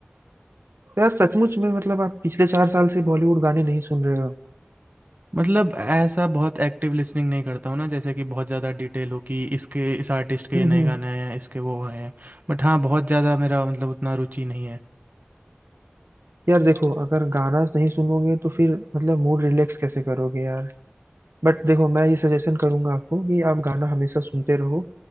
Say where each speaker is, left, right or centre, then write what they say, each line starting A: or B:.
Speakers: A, on the right; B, on the right.
A: तो यार सचमुच में मतलब आप पिछले चार साल से बॉलीवुड गाने नहीं सुन रहे हो
B: मतलब ऐसा बहुत एक्टिव लिसनिंग नहीं करता हूँ ना जैसे कि बहुत ज़्यादा डिटेल हो कि इसके इस आर्टिस्ट के
A: हम्म
B: ये नए
A: हम्म
B: गाने आए हैं इसके वो आए हैं बट हाँ बहुत ज़्यादा मेरा मतलब उतना रुचि नहीं है
A: यार देखो अगर गाना नहीं सुनोगे तो फिर मतलब मूड रिलैक्स कैसे करोगे यार बट देखो मैं ये सजेशन करूंगा आपको कि आप गाना हमेशा सुनते रहो